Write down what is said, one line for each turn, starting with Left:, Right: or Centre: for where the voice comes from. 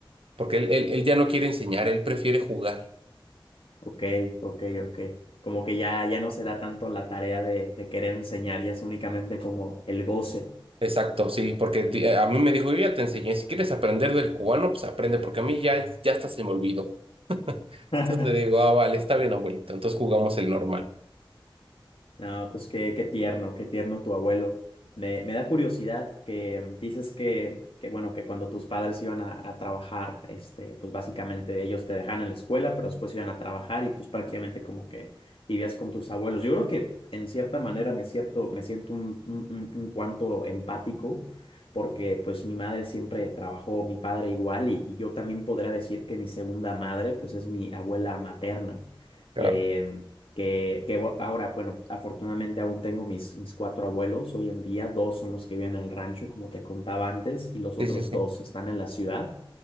Right: porque él, él, él ya no quiere enseñar, él prefiere jugar.
Left: ok, ok, ok. Como que ya, ya no se da tanto la tarea de, de querer enseñar, ya es únicamente como el goce.
Right: Exacto, sí, porque di- a mí me dijo, yo ya te enseñé, si quieres aprender del cubano, pues aprende, porque a mí ya, ya hasta se me olvidó.
Left: <laughs>
Right: Entonces le digo, ah, vale, está bien, abuelito. Entonces jugamos el normal.
Left: No, pues qué, qué tierno, qué tierno tu abuelo. Me, me da curiosidad que dices que, que, bueno, que cuando tus padres iban a, a trabajar, este, pues básicamente ellos te dejaban en la escuela, pero después iban a trabajar y pues prácticamente como que vivías con tus abuelos. Yo creo que en cierta manera me siento, me siento un, un, un- un cuanto empático porque pues mi madre siempre trabajó, mi padre igual y, y yo también podría decir que mi segunda madre pues es mi abuela materna.
Right: Claro.
Left: Em, que, que bu- ahora, bueno, afortunadamente aún tengo mis, mis cuatro abuelos hoy en día, dos son los que viven en el rancho, como te contaba antes, y los
Right: Sí,
Left: otros
Right: sí, sí.
Left: dos están en la ciudad.